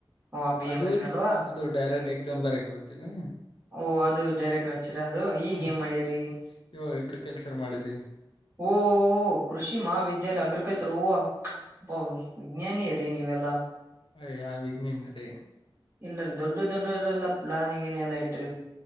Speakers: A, on the right; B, on the left.
A: ಓ ಬಿ
B: ಅದು
A: ಎ ಮಾಡಿರಿ ಅಲ್ವಾ
B: ಅದು ಡೈರೆಕ್ಟ್ ಎಕ್ಸಾಮ್ ಬರಿಯೋಕೆ ಹೋಗ್ತೀರಾ
A: ಓಹ ಅದು ಡೈರೆಕ್ಟರ್ ಹಚ್ಚಿರ ಅದು ಈಗ
B: ಹ
A: ಏನ್ ಮಾಡ್ಯ್ರಿ
B: ಇವಾಗ ಅಗ್ರಿಕಲ್ಚರ್ ಮಾಡಿದೀವಿ
A: ಓ ಕೃಷಿ ಮಹಾವಿದ್ಯಾಲಯ ಅಗ್ರಿಕಲ್ಚರ್ ಓಹೋ ಓ ವಿಜ್ಞಾನಿ ನೀವೆಲ್ಲಾ
B: ಅಯ ಯಾವ ವಿಗ್್ನೇನ್ ರೀ <unintelligible>
A: ಇಲ್ಲ ರೀ ದೊಡ್ಡ ದೊಡ್ಡವ್ರ ಎಲ್ಲ ಪ್ಲಾನ್ ಗಿನ್ ಎಲ್ಲಾ ಇಟ್ಟಿರಿ